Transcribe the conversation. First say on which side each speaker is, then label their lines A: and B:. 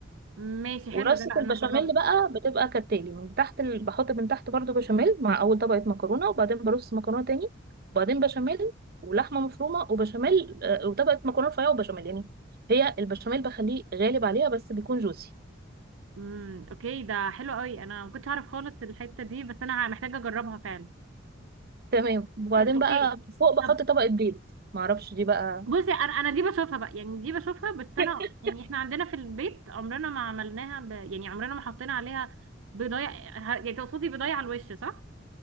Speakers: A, on the right; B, on the right.
A: ماشي
B: ورصة
A: حلو ده لا
B: البشاميل
A: انا هجربها
B: بقى بتبقى كالتالي من تحت ال... بحط من تحت برضو بشاميل مع أول طبقة مكرونة وبعدين برص مكرونة تاني وبعدين بشاميل ولحمة مفرومة وبشاميل آه، وطبقة مكرونة رفيعة وبشاميل يعني هي البشاميل بخليه غالب عليها بس بيكون جوسي
A: امم اوكي ده حلو قوي انا ما كنتش اعرف خالص الحته دي بس انا محتاجه اجربها فعلا
B: تمام وبعدين
A: بس اوكي
B: بقى فوق
A: طب
B: بحط طبقة بيض معرفش دي بقى
A: بصي انا انا دي بشوفها بقى يعني دي بشوفها بس انا
B: <laughs>
A: يعني احنا عندنا في البيت عمرنا ما عملناها ب... يعني عمرنا ما حطينا عليها بيضايه ه- يعني تقصدي بيضايه على الوش صح